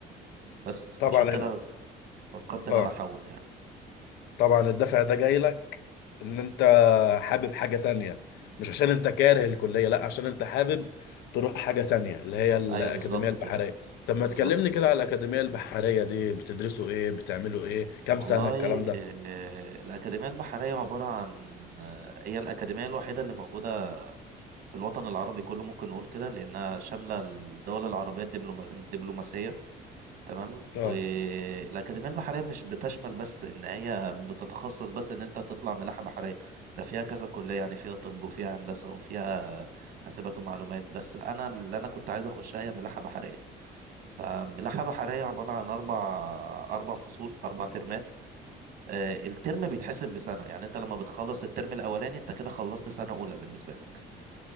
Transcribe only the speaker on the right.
بس فعشان
كده فكرت
ان انا احول يعني
ايوه بالظبط
كده
بالظبط
كده
والله
آه، الأكاديمية البحرية عبارة عن آه، هي الأكاديمية الوحيدة اللي موجودة في الوطن العربي كله ممكن نقول كده لأنها شاملة الدول العربية الدبلوما- الدبلوماسية تمام
والأكاديمية البحرية مش بتشمل بس إن هي بتتخصص بس إن أنت تطلع ملاحة بحرية ده فيها كذا كلية يعني فيها طب وفيها هندسة وفيها حاسبات ومعلومات بس أنا اللي أنا كنت عايز أخشها هي ملاحة بحرية فملاحة بحرية عبارة عن أربع أربع فصول أربع ترمات آه، الترم بيتحسب بسنة يعني أنت لما بتخلص الترم الأولاني أنت كده خلصت سنة أولى بالنسبة لك